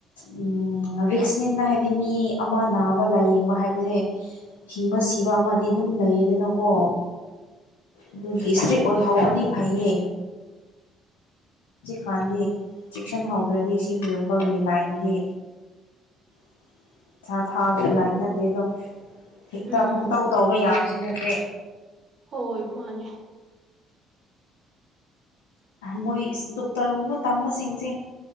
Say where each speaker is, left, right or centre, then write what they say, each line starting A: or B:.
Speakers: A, on the left (about 80°); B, on the right (about 50°).
A: ꯎꯝ ꯔꯤꯛꯁꯅꯤꯅ ꯍꯥꯏꯗꯤ ꯃꯤ ꯑꯃ ꯅꯥꯕ ꯂꯥꯏꯌꯦꯡꯕ ꯍꯥꯏꯕꯖꯦ ꯍꯤꯡꯕ ꯁꯤꯕ ꯑꯃꯗꯤ ꯑꯗꯨꯝ ꯂꯩꯌꯦꯗꯅꯀꯣ ꯑꯗꯨꯒꯤ ꯏꯁꯇ꯭ꯔꯤꯠ ꯑꯣꯏꯍꯧꯕꯗꯤ ꯐꯩꯌꯦ ꯀꯥꯟꯗꯤ ꯆꯦꯛꯁꯟꯍꯧꯗ꯭ꯔꯗꯤ ꯁꯤꯒꯤꯒꯨꯝꯕꯒꯤ ꯂꯥꯏꯟꯗꯤ <inaudible> ꯊꯥ ꯊꯥꯒꯤ
B: ꯎꯝ
A: ꯂꯥꯏꯟ ꯅꯠꯇꯦꯗꯣ ꯍꯦꯛꯇ
B: ꯎꯝ
A: ꯄꯪꯇꯧ ꯇꯧꯕ ꯌꯥꯕꯁꯨ ꯅꯠꯇꯦ
B: ꯍꯣꯏ ꯃꯥꯅꯦ
A: ꯃꯣꯏ ꯗꯣꯛꯇꯔꯒꯨꯝꯕ ꯇꯝꯕꯁꯤꯡꯁꯦ